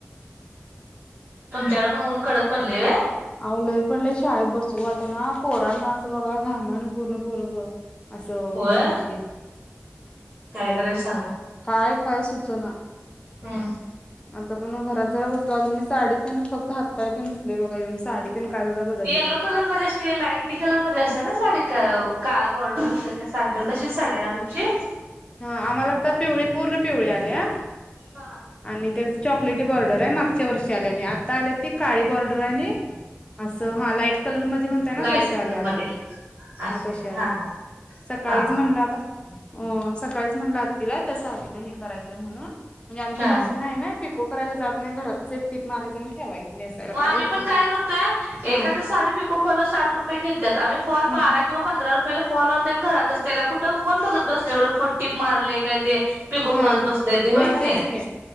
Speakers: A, on the right (about 55°); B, on the left (about 20°).
A: तुमच्याकडे पण ऊन कडक पडले आहे
B: अवलय पडले शाळेत बसू वाट ना पोरांना असं बघा घामान पूर्ण पोर ब असं
A: होय
B: ह झालतीय
A: काय कररायच सांगा
B: काय काय सुूचना
A: हम्म.
B: आता पण घरात जरा बसलो अजून मी साडी ते फक्त हाततााुचले बघा इवन साडी काय सुद्धा बदलली
A: ते येलो
B: नाही.
A: कलरमध्येध्ये असते लाईटी कलरमध्येध्ये असते ना साडी का काळा बॉर्डर अस साडलेल तशीच साडे ना तुमची
B: हा आम्हाला आता पिवळी पूर्ण पिवळी आल्या
A: हा.
B: आणि त्या चॉकलेटी बॉर्डर आहे मागच्या वर्षी आल्या आणि आता आल्या ती काळी बॉर्डर आणि असं हा लाईट कलरमध्ये म्हणताय ना
A: लाईट
B: तस
A: कलर
B: आले आता
A: मध्ये असे
B: हा तसे आल्या
A: हा
B: सकाळीच
A: हा हा
B: म्हणला आता अ सकाळीच म्हणला आतील तसं आलीलं हे करायचय म्हणून म्हणजे आमची
A: हा.
B: मशीन आहे ना पिको करायला जात नाही घरातच एक टीप माराचं आणि ठेवायची नेसायला
A: मगमहीण
B: होते
A: काय करतोय
B: हा
A: एख साडी पिको फल साठ रुपये घेतेत आम्ही फल
B: हम्म
A: बारा किंवा पंधरा रुपये पहि फॉल ऑन घरातच त्याला कुठं कोण बघत बसले एवढं फट्टीप मारले काय ते पिको
B: हा
A: करत बसलंय ते
B: हा
A: होय का
B: तेच
A: नाही
B: की